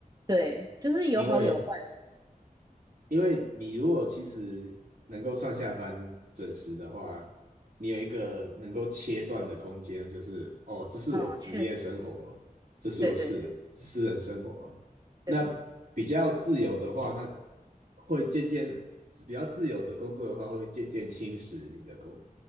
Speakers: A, on the right; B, on the right.
A: 对，就是有好有坏
B: 因为。因为你如果其实能够上下班准时的话，你有一个能够切断的空间，就是哦，这是我职业生活，
A: 啊，确实，
B: 这是我私私人生活。
A: 对对对
B: 那比较自由的话，
A: 对，
B: 那会渐渐比较自由的工作的话，会渐渐侵蚀你的工